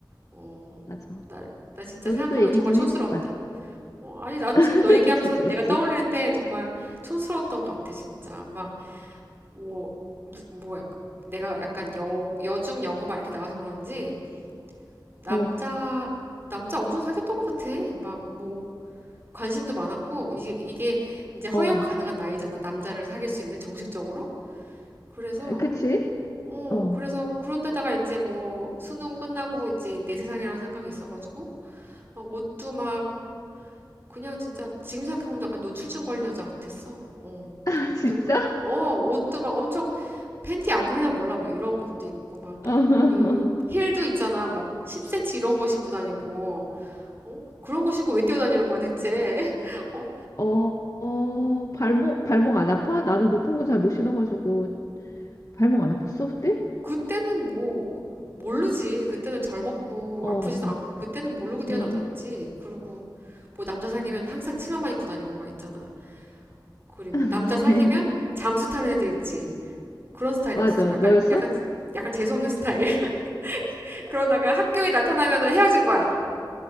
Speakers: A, on the right; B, on the left.
A: 어,
B: 맞아.
A: 나, 나 진짜
B: 너도
A: 생각하면
B: 또 얘기
A: 정말
B: 좀
A: 촌스러웠다.
B: 해줘봐.
A: 어, 아니, 나 지금
B: <laughs>
A: 너 얘기하면서
B: 촌스럽지?
A: 내가 떠올리는데 정말 촌스러웠던 것 같아, 진짜. 막, 뭐, 무- 뭐, 약간, 내가 약간 여, 여중 여고 막 이렇게 나와서 그런지, 남자,
B: 어,
A: 남자 엄청 사귀었던 것 같아. 막, 뭐, 관심도 많았고, 이게, 이게 이제 허용
B: 어,
A: 가능한 나이잖아. 남자를 사귈 수 있는 정식적으로. 그래서,
B: 그치?
A: 어,
B: 어.
A: 그래서 그런데다가 이제 뭐 수능 끝나고 이제 내 세상이라는 생각이 있어가지고 막 옷도 막 그냥 진짜 지금 생각해보면 약간 노출증 걸린 여자 같았어. 어,
B: <laughs> 아,
A: 옷도
B: 진짜?
A: 막, 어, 옷도 막 엄청 팬티 안 보이나 몰라. 막 이런 것도 있고 막
B: 어.
A: 그 힐도 있잖아. 막 10cm 이런 거 신고 다니고. 어? 그런 거 신고 왜 뛰어다니는 거야 대체? <laughs> 어,
B: 어, 어, 발목,
A: 어.
B: 발목 안 아파? 나는 높은 거 잘 못 신어가지고 발목 안 아팠어, 그때?
A: 그때는 뭐 모르지. 그때는 젊었고
B: 어,
A: 아프지도
B: 어,
A: 않고 그때는 모르고 뛰어나댔지.
B: 응.
A: 그리고 뭐 남자 사귀면 항상 치마만 입고 다니고 막 있잖아. 그리고
B: <laughs>
A: 남자 사귀면 잠수 타는 애들 있지. 그런 스타일이었어.
B: 맞아.
A: 약간
B: 너였어?
A: 약간 약간 재수 없는 스타일. <laughs> 그러다가 학교에 나타나면은 헤어진 거야.